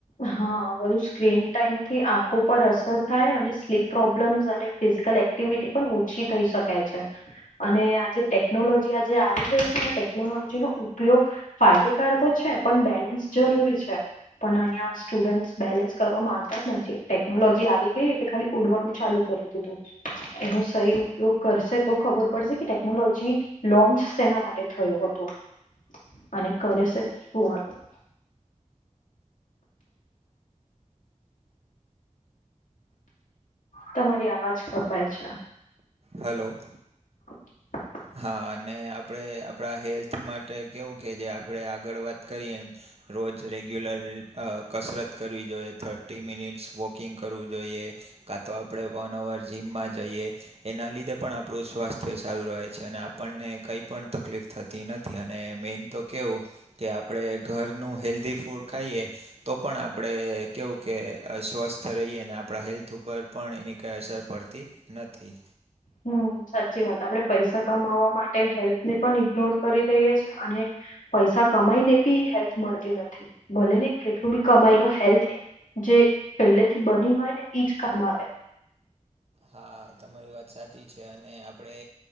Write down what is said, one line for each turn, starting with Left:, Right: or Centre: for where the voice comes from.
Left: હા. આ બધું સ્ક્રીન ટાઈમથી આંખો પર અસર થાય, અને સ્લીપ પ્રોબ્લેમ્સ, અને ફિઝિકલ એક્ટ ક્ટિવિટી પણ ઓછી થઈ શકાય છે. અને આ જે ટેકનોલોજી આજે આવી ગઈ છે ને, ટેકનોલોજીનો ઉપયોગ ફાયદેકાર તો છે, પણ બેલેન્સ જરૂરી છે, <unintelligible> ન્યા સ્ટુડન્ટ બેલેન્સ કરવા માંગતા જ નથી, ટેકનોલોજી આવી ગઈ એટલે ખાલી ઉડવાનું ચાલુ કરી દીધું. એનો સહી ઉપયોગ કરશે તો ખબર પડશે કે ટેકનોલોજી લોન્ચ શેના માટે થયું હતું, અને કરે છે શું <unintelligible> તમારી અવાજ કપાય છે.
Right: હેલો.
Left: <inaudible>
Right: હા અને આપણે આપણા હેલ્થ માટે કેવું કે જે આપણે આગળ વાત કરી એમ રોજ રેગ્યુલર અહ કસરત કરવી જોઈએ, થર્ટી મિનિટ્સ વોકિંગ કરવું જોઈએ કા તો આપણે વન અવર જીમમાં જઈએ એના લીધે પણ આપણું સ્વાસ્થ્ય સારું રહે છે, અને આપણને કંઈ પણ તકલીફ થતી નથ થી, અને મેન તો કેવું કે આપણે ઘરનું હેલ્ધી ફૂડ ખાઈએ તો પણ આપણે કેવું કે સ્વસ્થ રહીએ, અને આપણા હેલ્થ ઉપર પણ એની કાંઈ અસર પડતી નથી.
Left: હમ્મ, સાચી વાત. આપણેે પૈસા કમાવવા માટે હેલ્થને પણ ઇગ્નોર કરી દઈએ છે, અને પૈસા કમાઈ ને બી હેલ્થ મળતી નથી. ભલે ને કેટલું બી કમાયલો, હેલ્થ જે પહેલે થી બની હોય ને ઈજ કામ આવે.
Right: હા તમારી વાત સાચી છે. અને આપડે